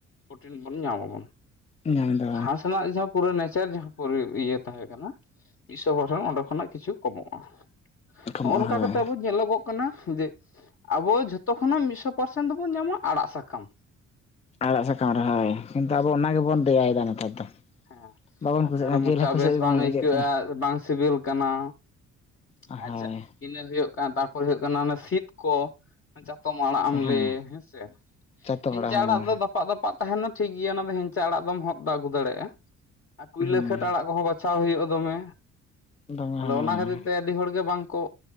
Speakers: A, on the left (about 40°); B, on the left (about 20°).
A: ᱯᱨᱚᱴᱤᱱ ᱵᱚᱱ ᱧᱟᱢᱟᱵᱚᱱ᱾
B: ᱧᱟᱢ ᱫᱚ
A: ᱜᱷᱟᱸᱥ ᱨᱮᱱᱟᱜ ᱡᱚᱵᱽ᱾ ᱯᱩᱨᱟᱹ ᱱᱮᱪᱟᱨ ᱡᱟᱦᱟᱸ ᱯᱩᱨ ᱤᱭᱟᱹ ᱛᱟᱦᱮᱸ ᱠᱟᱱᱟ ᱢᱤᱫ ᱥᱚ ᱜᱚᱴᱟᱱ ᱚᱸᱰᱮ ᱠᱷᱚᱱᱟᱜ ᱠᱤᱪᱷᱩ ᱠᱚᱢᱚᱜ-ᱟ᱾
B: ᱠᱚᱢᱚᱜᱼᱟ
A: ᱦᱚᱸᱜ-ᱚ ᱱᱚᱝᱠᱟ
B: ᱦᱳᱭ
A: ᱠᱟᱛᱮ ᱟᱵᱚ ᱧᱮᱞᱚᱜᱚᱜ ᱠᱟᱱᱟ ᱡᱮ ᱟᱵᱚ ᱡᱷᱚᱛᱚ ᱠᱷᱚᱱᱟᱜ ᱢᱤᱫ ᱥᱚ᱾ ᱯᱟᱨᱥᱮᱱ ᱫᱚᱵᱚᱱ ᱧᱟᱢᱟ ᱟᱲᱟᱜ ᱥᱟᱠᱟᱢ᱾
B: ᱟᱲᱟᱜ ᱥᱟᱠᱟᱢ ᱨᱮ ᱦᱳᱭ, ᱠᱤᱱᱛᱩ ᱟᱵᱚ ᱚᱱᱟ ᱜᱮᱵᱚᱱ ᱫᱮᱭᱟᱭᱮᱫᱟ ᱱᱮᱛᱟᱨ ᱫᱚ᱾
A: ᱦᱮᱸ
B: ᱵᱟᱵᱚᱱ
A: ᱟᱠᱟᱨᱮ
B: ᱠᱩᱥᱤᱜ ᱠᱟᱱᱟ
A: ᱢᱚᱪᱟ
B: ᱡᱤᱞ ᱦᱟᱹᱠᱩ
A: ᱵᱮᱥ
B: ᱥᱮᱫ ᱜᱮᱵᱚᱱ
A: ᱵᱟᱝ ᱟᱹᱭᱠᱟᱹᱜ-ᱟ
B: ᱤᱭᱟᱹᱜ ᱠᱟᱱᱟ
A: ᱵᱟᱝ ᱥᱤᱵᱤᱞ ᱠᱟᱱᱟ᱾
B: ᱦᱮᱸ᱾
A: ᱟᱪᱪᱷᱟ ᱤᱱᱟᱹ ᱦᱩᱭᱩᱜ ᱠᱟᱱᱟ, ᱛᱟᱨᱯᱚᱨ ᱦᱩᱭᱩᱜ ᱠᱟᱱᱟ ᱚᱱᱟ ᱥᱤᱛ ᱠᱚ᱾ ᱪᱟᱛᱚᱢ ᱟᱲᱟᱜ ᱮᱢ
B: ᱦᱮᱸ
A: ᱞᱟᱹᱭ ᱦᱮᱸᱥᱮ,
B: ᱡᱚᱛᱚ
A: ᱦᱮᱸᱪᱟᱹ
B: ᱦᱚᱲᱟᱜ ᱦᱚᱸ
A: ᱟᱲᱟᱜ ᱫᱚ ᱫᱟᱯᱟᱜ ᱫᱟᱯ ᱯᱟᱜ ᱛᱟᱸᱦᱮᱱᱟ ᱴᱷᱤᱠ ᱜᱮᱭᱟ ᱚᱱᱟ ᱫᱚ ᱦᱮᱸᱪᱟ ᱟᱲᱟᱜ ᱫᱚᱢ ᱦᱚᱫ ᱟᱹᱜᱩ ᱫᱟᱲᱮᱭᱟᱜ-ᱟ᱾ ᱟᱨ ᱠᱩᱭᱞᱟᱹ
B: ᱦᱩᱸ
A: ᱠᱷᱟᱴ ᱟᱲᱟᱜ ᱠᱚᱦᱚᱸ ᱵᱟᱪᱷᱟᱣ ᱦᱩᱭᱩᱜᱼ-ᱟ ᱫᱚᱢᱮ
B: ᱫᱚᱢᱮ
A: ᱟᱫᱚ ᱚᱱᱟ ᱠᱷᱟᱹᱛᱤᱨ ᱛᱮ᱾ ᱟᱹᱰᱤ ᱦᱚᱲ ᱜᱮ ᱵᱟᱝᱠᱚ